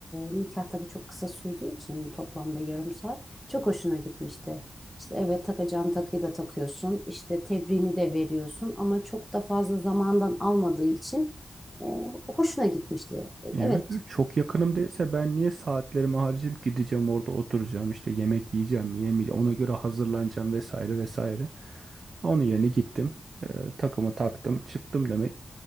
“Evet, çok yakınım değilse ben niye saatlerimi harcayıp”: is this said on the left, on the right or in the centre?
Right